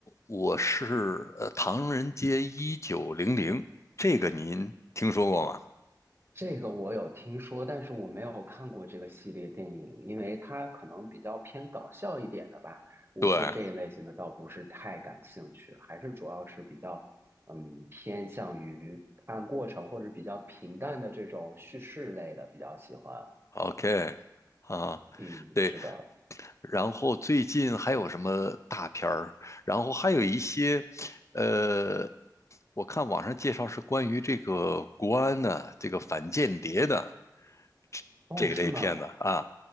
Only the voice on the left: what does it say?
《我是呃唐人街一九零零》，这个您听说过吗？
对
，OK，啊，
对，
然后最近还有什么大片儿？然后还有一些，呃，我看网上介绍是关于这个国安的、这个反间谍的这这一类片子啊，